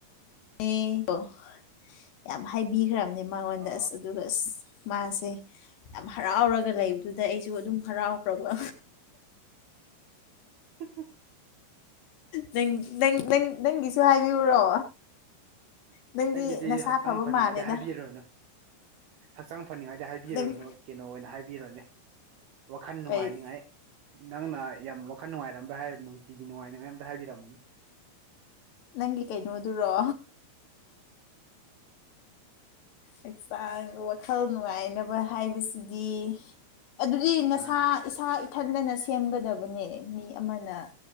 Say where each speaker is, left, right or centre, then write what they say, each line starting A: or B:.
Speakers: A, on the left (about 70°); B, on the right (about 70°).
A: ꯑꯣ ꯌꯥꯝ ꯍꯥꯏꯕꯤꯈ꯭ꯔꯕꯅꯦ ꯃꯉꯣꯟꯗ
B: ꯑ
A: ꯑꯁ ꯑꯗꯨꯒ ꯑꯁ ꯃꯥꯁꯦ ꯌꯥꯝ ꯍꯔꯥꯎꯔꯒ ꯂꯩꯕꯗꯨꯗ ꯑꯩꯁꯨ ꯑꯗꯨꯝ ꯍꯔꯥꯎꯈ꯭ꯔꯕ
B: ꯆ <unintelligible> <inaudible>
A: ꯅꯪ ꯅꯪ ꯅꯪ ꯅꯪꯒꯤꯁꯨ ꯍꯥꯏꯕꯤꯌꯨꯔꯣ ꯅꯪꯗꯤ
B: ꯑꯩꯒꯤꯗꯤ
A: ꯅꯁꯥ
B: ꯍꯛꯆꯥꯡ
A: ꯐꯕ
B: ꯐꯅꯤꯡꯉꯥꯏꯗ
A: ꯃꯥꯜꯂꯦꯗ
B: ꯍꯥꯏꯕꯤꯔꯨꯔꯅꯨ ꯍꯛꯆꯥꯡ ꯐꯅꯤꯉꯥꯏꯗꯤ ꯍꯥꯏꯕꯤꯔꯨꯔꯨꯅꯨ
A: ꯅꯪ
B: ꯀꯩꯅꯣ ꯑꯣꯏꯅ ꯍꯥꯏꯕꯤꯔꯨꯅꯦ ꯋꯥꯈꯜ ꯅꯨꯡꯉꯥꯏꯅꯤꯉꯥꯏ
A: ꯀꯩ
B: ꯅꯪꯅ ꯌꯥꯝ ꯋꯥꯈꯜ ꯅꯨꯡꯉꯥꯏꯔꯝꯕ꯭ꯔꯥ ꯍꯥꯏꯔ ꯅꯨꯡꯇꯤꯒꯤ ꯅꯨꯡꯉꯥꯏꯅꯤꯉꯥꯏ ꯑ ꯍꯥꯢ ꯕꯤꯔꯝꯃꯨ
A: ꯅꯪꯒꯤ ꯀꯩꯩꯅꯣ ꯑꯗꯨꯔꯣ
B: <unintelligible> <inaudible>
A: ꯍꯛꯆꯥꯡ ꯋꯥꯈꯜ ꯅꯨꯡꯉꯥꯏꯅꯕ ꯍꯥꯏꯕꯁꯤꯗꯤ ꯑꯗꯨꯗꯤ ꯅꯁꯥ
B: ꯑꯥ
A: ꯏꯁꯥ ꯏꯊꯟꯗꯅ ꯁꯦꯝꯒꯗꯕꯅꯦ ꯃꯤ ꯑꯃꯅ